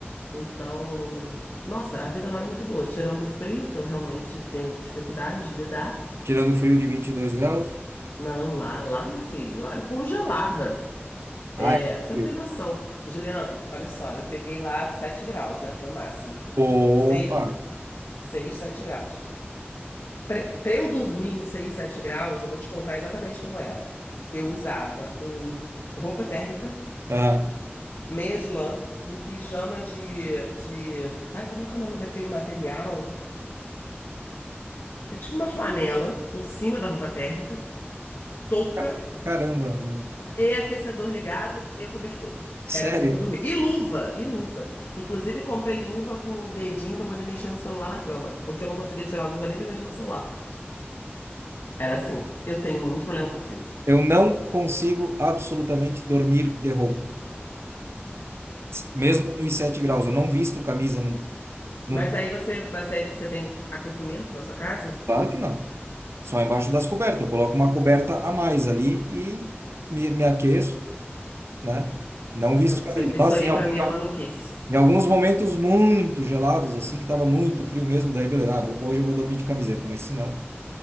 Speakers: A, on the left (about 65°); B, on the right (about 75°).
A: Então, nossa, a vida lá era muito boa, tirando o frio, que eu realmente tenho dificuldade de lidar.
B: Tirando o frio de vinte e dois graus.
A: Não, lá, lá, meu filho, lá eu congelava. É,
B: Ah, é
A: você
B: frio.
A: não tem noção. Juliano, olha só, eu peguei lá 7 graus, né? Foi o máximo.
B: Opa!
A: Seis, seis, sete graus. Pra, pra eu dormir em 6, 7 graus, eu vou te contar exatamente como era. Eu usava um roupa térmica,
B: Aham.
A: meia de lã, um pijama de, de... Ai, como é que é o nome daquele material? É tipo uma flanela por cima da roupa térmica, touca
B: Ca- Caramba, né?
A: e aquecedor ligado e cobertor.
B: Sério,
A: Era assim que eu dormia. E luva, e luva. Inclusive, comprei luva com o dedinho pra poder mexer no celular na cama, porque eu não conseguia tirar a luva nem pra mexer no celular. Era assim. Eu tenho muito problema com frio.
B: eu não consigo absolutamente dormir de roupa. Mesmo
A: Não.
B: nos 7 graus, eu não visto camisa nunca. Nunca.
A: Mas aí você, você, você tem aquecimento na sua casa?
B: Claro que não. Só embaixo das cobertas. Eu coloco uma coberta a mais ali e me, me aqueço, né? Não visto
A: Não,
B: camisa.
A: isso, aí, isso
B: Nossa,
A: aí
B: em algum,
A: para mim
B: em algum-
A: é maluquice.
B: em alguns momentos muito gelados, assim, que tava muito frio mesmo, daí beleza. Ah, hoje eu vou dormir de camiseta, mas se não.